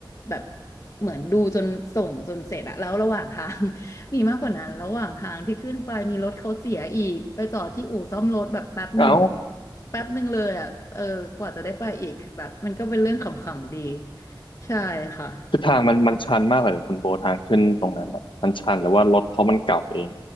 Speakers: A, on the left (about 40°); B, on the left (about 80°).
A: แบบเหมือนดูจนส่งจนเสร็จอะแล้วระหว่างทาง <laughs> มีมากกว่านั้นระหว่างทางที่ขึ้นไปมีรถเขาเสียอีกไปจอดที่อู่ซ่อมรถแบบแป๊บหนึ่ง
B: เอ้า
A: แป๊บหนึ่งเลยอะเออกว่าจะได้ไปอีกคือแบบมันก็เป็นเรื่องขำๆดีใช่ค่ะ
B: คือทางมันมันชันมากเลยเหรอคุณโบทางขึ้นตรงนั้นอะมันชันหรือว่ารถเขามันเก่าเอง